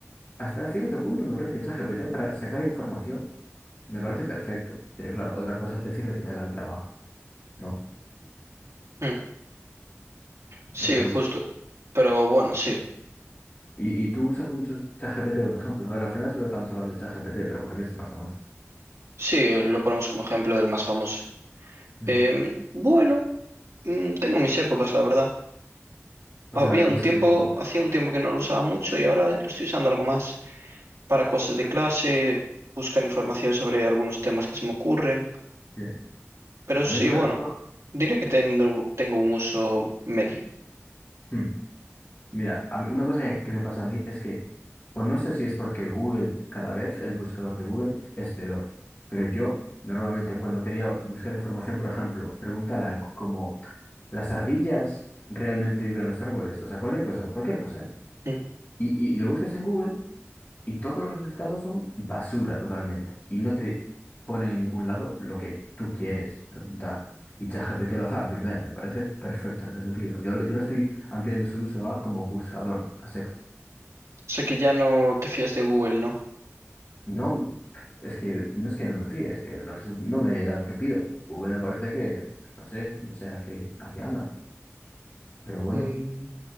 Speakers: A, on the left (about 40°); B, on the right (about 80°).
A: hasta cierto punto me parece que ChatGPT para sacar información me parece perfecto. Pero claro, otra cosa es decirle que te haga el trabajo, ¿no?
B: mm, sí,
A: O sea,
B: justo. Pero bueno, sí,
A: y, y tú usas mucho ChatGPT, por ejemplo. A ver, al final solo estamos hablando de ChatGPT, pero porque es el más famoso.
B: sí, lo ponemos como ejemplo del más famoso.
A: Mm.
B: Em, bueno, mm, tengo mis épocas, la verdad.
A: O
B: Había
A: sea, lo
B: un
A: usas.
B: tiempo,
A: en-
B: hacía un tiempo que no lo usaba mucho y ahora lo estoy usando algo más. para cosas de clase, buscar información sobre algunos temas que se me ocurren.
A: sí.
B: Pero
A: A
B: sí,
A: mí, por
B: bueno,
A: ejemplo.
B: diría que tengo, tengo un uso medio.
A: mm. Mira, a mí- una cosa que que me pasa a mí es que, o no sé si es porque Google, cada vez el buscador de Google es peor, pero yo normalmente cuando quería buscar información, por ejemplo, preguntar algo como, ¿las ardillas realmente viven en los árboles? O sea, cualquier cosa, cualquier cosa, ¿eh?
B: Mm.
A: Y, y, y lo buscas en Google y todos los resultados son basura totalmente y no te ponen en ningún lado lo que tú quieres preguntar. Y ChatGPT lo hace a la primera, me parece perfecto en ese sentido. Yo, lo- yo lo estoy ampliando su uso a como buscador a secas.
B: O sea que ya no te fías de Google, ¿no?
A: No, es que no es que no me fíe, es que los resu- no me da lo que pido. Google me parece que, pues, no sé, no sé a qué, a qué anda. Pero bueno,
B: Mm,